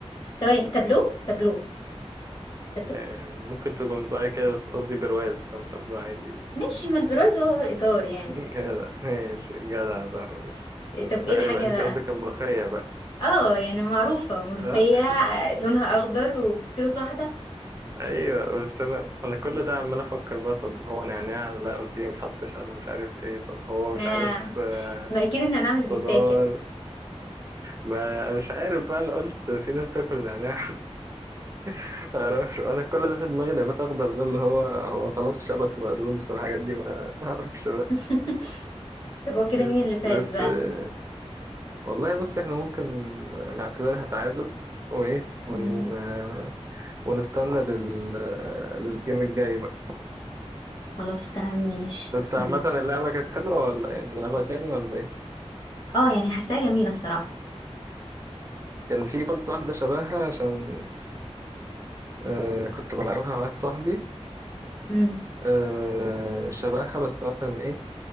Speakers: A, on the left; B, on the right.
A: ثواني تابلو تابلو تابلو
B: آه، ممكن تكون طالع كده بس قصدي برواز او طبلو عادي
A: ماشي ما البرواز هو الإطار يعني
B: <laughs> جدع ماشي جدع صح ماشي
A: طب ايه
B: تعالي
A: الحاجة
B: بقى انت
A: بقى
B: قصدك الملوخية بقى
A: اه يعني معروفة ملوخية
B: صح
A: آه، لونها اخضر وبتطبخ لوحدها
B: ايوه بس انا انا كل ده عمال افكر بقى طب هو نعناع لا قلت لي ما بتحطش على مش عارف ايه طب هو مش
A: ما
B: عارف آه،
A: ما اكيد ان انا مش بتاكل
B: خضار ما انا مش عارف بقى انا قلت في ناس تاكل نعناع <laughs> ما اعرفش انا كل ده في دماغي نبات اخضر ده اللي هو هو خلاص شبت وبقدونس والحاجات دي ما ما اعرفش بقى
A: <laughs> طب هو كده
B: بس
A: مين اللي فاز
B: بس
A: بقى
B: آه، والله بص احنا ممكن نعتبرها تعادل وايه ون...
A: مم.
B: آه، ونستنى لل... آه، للجيم الجاي بقى
A: خلاص تمام ماشي
B: بس
A: مم.
B: عامة اللعبة كانت حلوة ولا يعني نلعبها تاني ولا ايه؟
A: اه يعني حاساها جميلة الصراحة
B: كان في برضه واحدة شبهها عشان آه كنت بلعبها مع واحد صاحبي
A: مم.
B: آه شبهها بس مثلا ايه